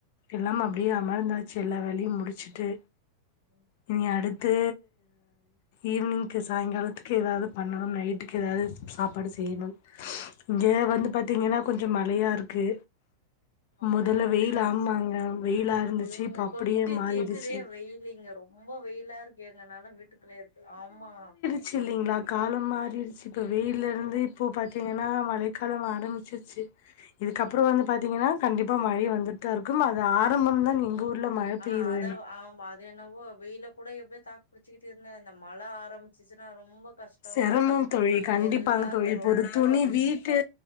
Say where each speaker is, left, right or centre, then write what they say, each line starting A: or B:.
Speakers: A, on the left; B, on the left.
A: எல்லாம் அப்டியே அமர்ந்தாச்சு எல்லா வேலையும் முடிச்சுட்டு
B: ம்
A: இனி அடுத்து ஈவினிங்க்கு சாயங்காலத்துக்கு எதாது பண்ணணும் நைட்டுக்கு எதாது சாப்பாடு செய்யணும் இங்க வந்து பாத்தீங்கன்னா கொஞ்சம் மழையா இருக்கு
B: ம் அப்படியா
A: மொதல வெயில்
B: சேரி
A: ஆமாங்க
B: சேரி
A: வெயிலா இருந்துச்சு
B: ஐயோ இங்க
A: இப்ப அப்டியே
B: கொட்டி
A: மாறிடுச்சு
B: தீக்குதே வெயில் இங்க ரொம்ப வெயிலா இருக்கு அதனால வீட்டுக்குள்ளயே இருக்கு ஆமா
A: ச்சு இல்லைங்களா காலம் மாறிடுச்சு இப்ப வெயில இருந்து இப்போ பாத்து பாத்தீங்கன்னா மழைக்காலம் ஆரம்பிச்சிருச்சு இதுக்கப்றோ வந்து பாத்தீங்கன்னா கண்டிப்பா மழை வந்துட்டு தா இருக்கும் அது ஆரம்பம் தா நீங்க ஊர்ல மழ
B: ஆனா
A: பெய்யுது
B: ஆமா அத என்னவோ வெயில கூட எப்டியே தாக்கு பிடிச்சிட்டு இருந்தே இந்த மழ ஆரம்பிச்சுச்சுன்னா ரொம்ப கஷ்டோங்க
A: செரமம் தோழி கண்டிப்பான
B: எல்லாரு
A: தோழி இப்போ
B: ரொம்ப
A: ஒரு துணி வீட் ட்டு